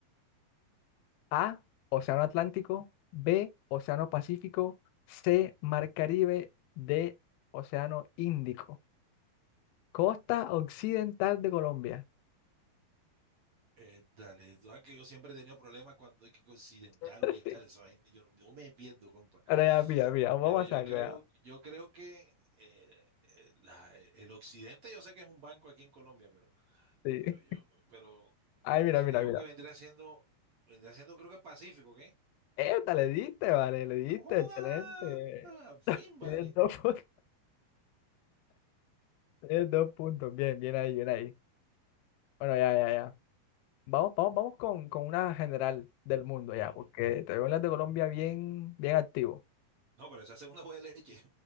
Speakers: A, on the left (about 85°); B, on the right (about 60°).
A: A, Océano Atlántico, B, Océano Pacífico, C, Mar Caribe, D, Océano Índico. Costa occidental de Colombia.
B: eh, dale. Tú sabes que yo siempre he tenido problemas cuando hay que occidental,
A: <laughs>
B: oriental, esa vaina, yo, no- yo me pierdo, compa.
A: Ahora ya, mira, mira, vamos
B: Pero yo
A: a sacar,
B: creo,
A: ya,
B: yo creo que eh, eh, la- el occidente, yo sé que es un banco aquí en Colombia, pero,
A: Sí.
B: pero yo, pero
A: Ay, mira,
B: creo
A: mira, mira.
B: que vendría siendo, vendría siendo, creo que Pacífico, ¿qué?
A: Esta le diste, vale, le diste,
B: No ¡Joda!
A: excelente.
B: Al Fin, vale.
A: Tienes dos, pun- <laughs> tienes dos puntos. Bien, bien ahí, bien ahí. Bueno, ya, ya, ya. Vamos, vamos, vamos con, con una general del mundo ya,
B: Ujú.
A: porque te veo en las de Colombia bien, bien activo.
B: No, pero esa segunda fue de leche.